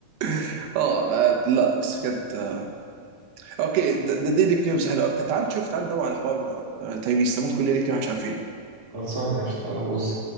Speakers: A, on the right (about 75°); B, on the right (about 40°).
A: <laughs> اه آه، لا بس بجد آه، اوكي د- د- دي نيك نيمز حلوه طب تعال نشوف تعال ندور على حوار آه، تايريس ده ممكن ليه نيك نيم إحنا مش عارفينه
B: خلصانه مش تعالى نبص